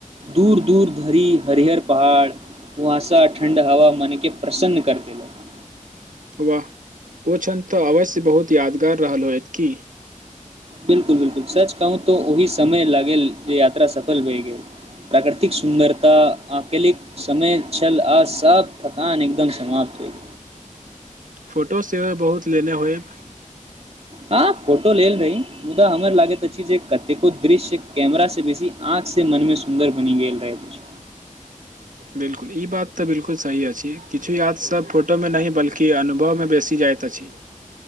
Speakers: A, on the right; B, on the right.
A: दूर दूर धरि हरिहर पहाड़। कुहासा ठण्ड हवा मन के प्रसन्न कर देलक।
B: वाह ओ क्षण तऽ अवश्य बहुत यादगार रहल होयत की?
A: बिलकुल बिलकुल सच कहूँ तो ओहि समय लागल जे यात्रा सफल भय गेल। प्राकृतिक सुन्दरता आंकलिक समय छल आ सब थकान एकदम समाप्त होइ गेल।
B: फोटो सेहोमे बहुत लेने होयब?
A: ह फोटो लेल रही मुदा हमर लागैत अछि जे कतेको दृश्य कैमरा से बेसी आँखिसँ मनमे सुन्दर बनि गेल रहैत अछि।
B: बिलकुल ई बात तऽ बिलकुल सही अछि। किछु याद सब फोटोमे नहि बल्कि अनुभवमे बेसी जाइत अछि।